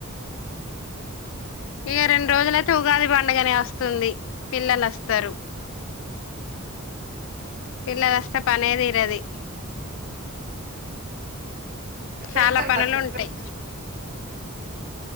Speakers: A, on the left; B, on the right.
A: ఇక రెండు రోజులైతే ఉగాది పండుగనే వస్తుంది పిల్లలు వస్తారు పిల్లలస్తే పనే తీరది
B: ఎప్పుడు
A: చాలా
B: వెళ్తారు
A: పనులుంటయి
B: మరి చెప్పండి